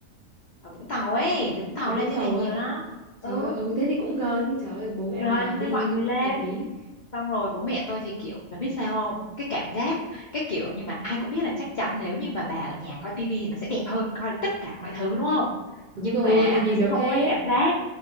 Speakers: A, on the left; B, on the right.
A: ở Vũng Tàu ấy. Dưới Vũng Tàu
B: Ở Vũng
A: lên trên
B: Tàu
A: này nhiều
B: à?
A: lắm.
B: Trời
A: Ừ,
B: ơi, ừ thế thì cũng gần, trời ơi, bố mẹ
A: gần
B: bà đi
A: nên mọi người lên.
B: hợp lý.
A: xong rồi bố mẹ tôi thì kiểu bà biết sao không cái cảm giác cái kiểu nhưng mà ai cũng biết là chắc chắn nếu như mà bà ở nhà coi tivi thì nó sẽ đẹp hơn coi được tất cả mọi thứ đúng không
B: Đúng
A: nhưng
B: rồi,
A: mà
B: thì nhìn
A: nó sẽ
B: được
A: không
B: hết.
A: có cái cảm giác